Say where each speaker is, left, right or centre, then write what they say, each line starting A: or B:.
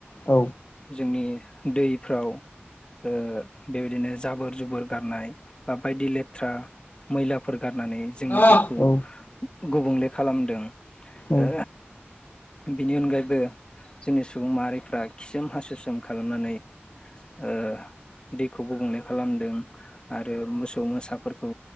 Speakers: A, on the left; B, on the left.
A: औ
B: जोंनि। दैफ्राव ओ बेबायदिनो जाबोर जुबोर गारनाय बा बायदि लेथ्रा मैलाफोर। गारनानै जोंनि
A: औ
B: दैखौ। गुबुंले खालामदों।
A: औ
B: ओ। बिनि अनगायैबो। जोंनि सुबुं माहारिफ्रा खिसोम हासुसोम खालामनानै ओ दैखौ गुबुंले खालामदों आरो मोसौ मोसाफोरखौ